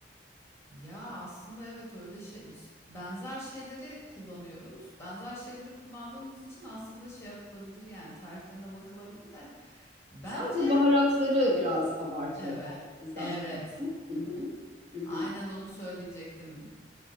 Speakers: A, on the left; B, on the right.
A: Ya aslında evet öyle şey benzer şeyleri kullanıyoruz. Benzer şeyleri kullandığımız için aslında şey yapılabilir yani tariflerine bakılabilir de bence
B: Sadece baharatları biraz abartıyorlar
A: evet.
B: bizden.
A: Evet.
B: farklı. Hı hı. Hı hı.
A: Aynen onu söyleyecektim.